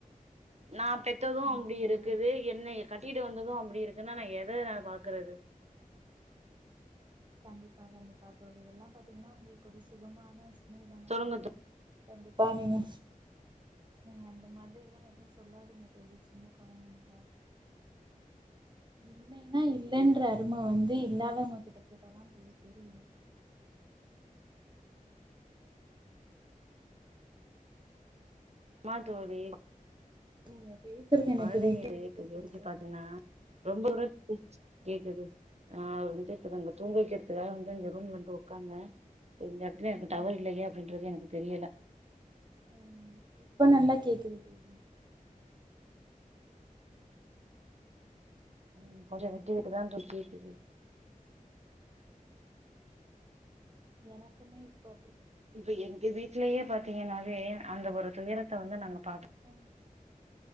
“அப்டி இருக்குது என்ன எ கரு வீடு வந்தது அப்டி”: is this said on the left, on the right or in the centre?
Right